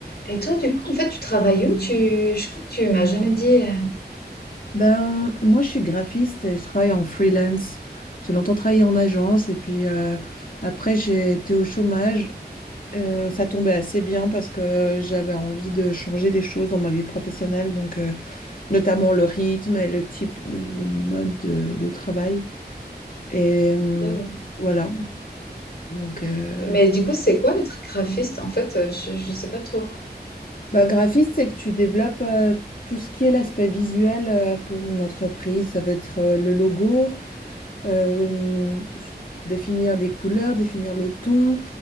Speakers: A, on the left (about 75°); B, on the left (about 55°).
A: Et toi, du coup, en fait, tu travailles où? Tu... Je crois que tu m'as jamais dit. euh,
B: Ben, moi, je suis graphiste et je travaille en freelance. J'ai longtemps travaillé en agence et puis euh, après, j'ai été au chômage. Euh, ça tombait assez bien parce que j'avais envie de changer des choses dans ma vie professionnelle, donc euh, notamment le rythme et le type, le mode de, de travail. Et euh,
A: Ok, ouais.
B: voilà. Donc, euh,
A: Mais du coup, c'est quoi être graphiste? En fait, euh, je, je sais pas trop.
B: ben, graphiste, c'est que tu développes euh, tout ce qui est l'aspect visuel euh, pour une entreprise. Ça veut être euh, le logo. euh, définir des couleurs, définir le ton,